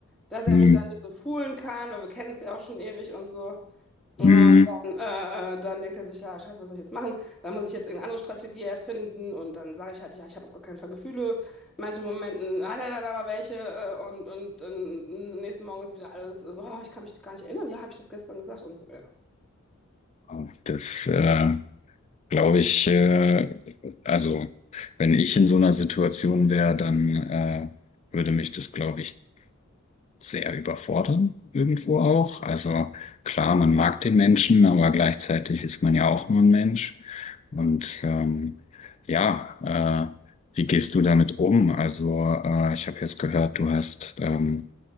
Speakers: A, in the centre; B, on the left.
A: dass er
B: Hm,
A: mich da nicht so foolen kann, weil wir kennen es ja auch schon ewig und so. Ja,
B: hm.
A: Und dann, äh, äh, dann denkt er sich, ja, scheiße, was soll ich jetzt machen? Dann muss ich jetzt irgendeine andere Strategie erfinden und dann sage ich halt, ja, ich habe auf gar keinen Fall Gefühle. In manchen Momenten hat er dann aber welche äh, und, und, und am nächsten Morgen ist wieder alles so, oh, ich kann mich gar nicht erinnern, ja, habe ich das gestern gesagt und so, ja.
B: Ah, Das, äh, glaube ich, äh, also wenn ich in so einer Situation wäre, dann äh, würde mich das, glaube ich, sehr überfordern, irgendwo auch. Also klar, man mag den Menschen, aber gleichzeitig ist man ja auch nur ein Mensch. Und ähm, ja, äh, wie gehst du damit um? Also äh, ich habe jetzt gehört, du hast ähm,